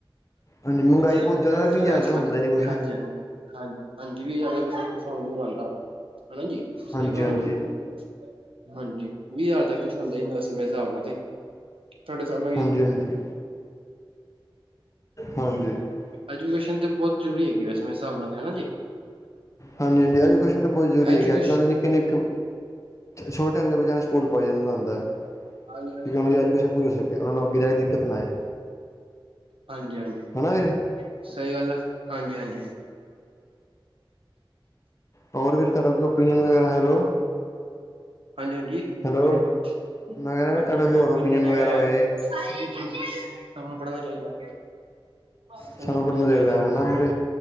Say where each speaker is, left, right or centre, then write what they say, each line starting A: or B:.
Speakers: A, on the left; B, on the right.
A: ਹਾਂਜੀ ਮਹਿੰਗਾਈ
B: ਅੱਜ
A: ਬਹੁਤ ਜ਼ਿਆਦਾ
B: ਕੱਲ
A: ਵੀਹ ਹਜ਼ਾਰ ਦਾ ਹੁੰਦਾ ਨਹੀਂ ਕੁਛ
B: ਹਾਂਜੀ-ਹਾਂਜੀ ਹਾਂਜੀ-ਹਾਂਜੀ ਵੀ ਜਾਦਾ ਕੁ ਕੁਛ ਹੋ ਨੀ ਬਣਦਾ ਹਨਾ ਜੀ।
A: ਹਾਂਜੀ
B: ਸਈ ਗੱਲ
A: ਹਾਂਜੀ
B: ਹੈ ਬਿਲਕੁਲ ਹਾਂਜੀ ਵੀਹ ਹਜ਼ਾਰ ਤੱਕ ਕੁਛ ਹੁੰਦਾ ਹੀ ਵੈਸੇ ਮੇਰੇ ਸਾਬ ਨਾ ਤੇ ਤੁਹਾਡੇ ਹਿਸਾਬ ਨਾਲ ਕੀ
A: ਹਾਂਜੀ-ਹਾਂਜੀ ਹਾਂਜੀ ਹਾਂਜੀ
B: ਐਜੂਕੇਸ਼ਨ ਤੇ ਬੋਤ ਜ਼ਰੂਰੀ ਹੈਗੀ ਵੈਸੇ ਮੇਰੇ ਹਿਸਾਬ ਨਾਲ ਤੇ ਹਨਾ ਜੀ।
A: ਹਾਂਜੀ-ਹਾਂਜੀ ਐਜੂਕੇਸ਼ਨ ਤਾਂ ਬੋਤ ਜ਼ਰੂਰੀ
B: ਐਜੂਕੇਸ਼ਨ
A: ਹੈਗੀ ਅੱਜ ਕੱਲ੍ਹ ਨਿੱਕੇ-ਨਿੱਕੇ ਛੋਟੇ ਹੁੰਦੇ ਬੱਚਿਆਂ ਨੂੰ ਸਕੂਲ ਪਾਈ ਜਾਂਦਾ ਹੁੰਦਾ
B: ਹਾਂਜੀ ਹਾਂਜੀ
A: ਕਿਉਕਿ
B: ਬੋਲੋ
A: ਉਹਨਾਂ ਦੀ ਐਜੂਕੇਸ਼ਨ
B: ਬੋਲੋ ਬੋਲੋ
A: ਪੂਰੀ ਹੋ ਸਕੇ। ਉਹਨਾਂ ਨੂੰ ਅੱਗੇ ਜਾ ਕੇ ਦਿੱਕਤ ਨਾ ਆਏ।
B: ਹਾਂਜੀ-ਹਾਂਜੀ
A: ਹਨਾ ਵੀਰੇ
B: ਸਈ ਗੱਲ ਐ ਹਾਂਜੀ-ਹਾਂਜੀ
A: ਹੋਰ ਵੀ ਤੁਹਾਡਾ ਓਪੀਨੀਅਨ ਵਗੈਰਾ ਹੈਲੋ
B: ਹਾਂਜੀ-ਹਾਂਜੀ
A: ਹੈਲੋ
B: ਬੋਲੋ-ਬੋਲੋ
A: ਮੈਂ ਕਹਿ ਰਿਹਾ
B: ਹਾਂਜੀ
A: ਤੁਹਾਡਾ ਕੋਈ
B: ਮੈਂ
A: ਹੋਰ
B: ਓਪੀਨੀਅਨ
A: ਵਗੈਰਾ
B: ਹੈਗਾ।
A: ਹੋਏ
B: ਸਭ ਨੂੰ ਪੜ੍ਹਨਾ ਚਾਹੀਦਾ। ਸਭ
A: ਸਾਨੂੰ
B: ਨੂੰ ਪੜਨਾ
A: ਪੜ੍ਹਨਾ
B: ਚਾਹੀਦਾ।
A: ਹੈ ਹਨਾ ਤੇ